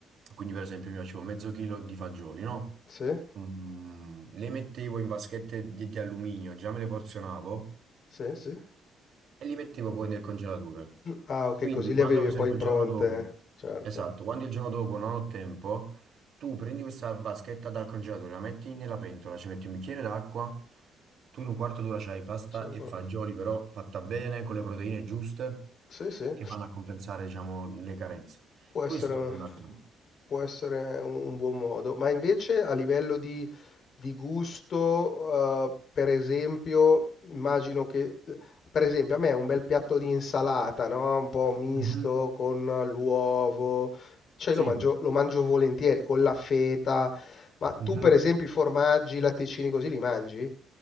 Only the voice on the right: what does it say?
quindi per esempio mi facevo mezzo chilo di fagioli, no?
Mm, le mettevo in vaschette di, di alluminio, già me le porzionavo,
e li mettevo poi nel congelatore.
Quindi,
quando
per esempio
il giorno dopo,
esatto, quando il giorno dopo non ho tempo, tu prendi questa vaschetta dal congelatore, la metti nella pentola, ci metti un bicchiere d'acqua, tu in un quarto d'ora c'hai pasta
e fagioli, però fatta bene, con le proteine giuste,
che vanno a compensare, diciamo, le carenze.
Questo fondamentalmente.
Mhm.
Sì.
Mhm.